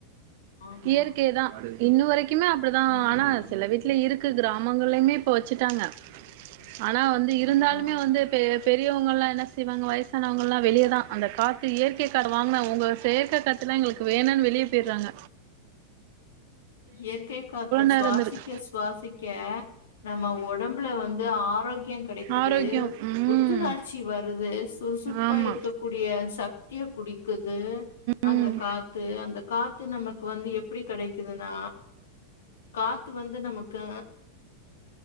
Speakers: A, on the left (about 60°); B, on the right (about 50°).
A: ஆமா
B: இயற்கையே தா இன்னுவரை ங்கிமே அப்டிதா
A: ம்
B: ஆனா சில வீட்ல இருக்கு கிராமங்கள்லைமே இப்ப வெச்சிட்டாங்க ஆனா வந்து இருந்தாலுமே
A: ஆ
B: வந்து இப்ப பெரியவங்கல்லா என்ன செய்வாங்க வயசானவங்கல்லா வெளியதா அந்த கா க்கு இயற்கைக்காடு வாங்குனா உங்க செயற்க காத்துல்ல எங்குளுக்கு வேணான் வெளிய போயிறாங்க.
A: இயற்கை காத்த
B: நேரோ
A: சுவாசிக்க
B: இருந்திருக்கு
A: சுவாசிக்க நம்ம ஒடம்புல வந்து ஆரோக் <unintelligible> கெடைக்குது
B: ஆரோக்கியோ ம்
A: புத்துணார்ச்சி வருது சுறுசுறுப்பா
B: ஆமா
A: இருக்ககூடிய சத்திய குடி க்குது
B: ம்
A: அந்த காத்து அந்த கா த்து நமக்கு வந்து எப்பிடி கெடை கிதுனா காத்து வந்து நமக்கு